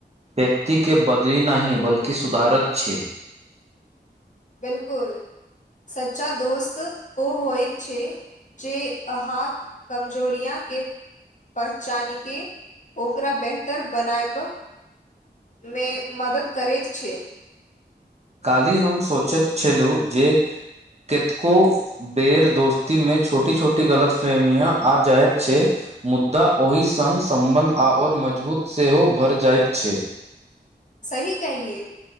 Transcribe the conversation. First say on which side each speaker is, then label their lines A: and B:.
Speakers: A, on the right (about 35°); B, on the left (about 45°).
A: व्यक्तिके बदलि नहि बल्कि सुधारैत छै।
B: बिल्कुल, सच्चा दोस्त ओ होइत छै जे अहाँक कमजोरियां के पहचानिके ओकरा बेहतर बनायबमे मदद करैत छै।
A: काल्हि हम सोचैत छेलहुँ जे केतको बेर दोस्तीमे छोटी छोटी गलतफहमियाँ आ जायत छै मुदा ओहि सङ्ग सम्बन्ध आओर मजबूत सेहो भरि जाइत छै।
B: सही कहलिए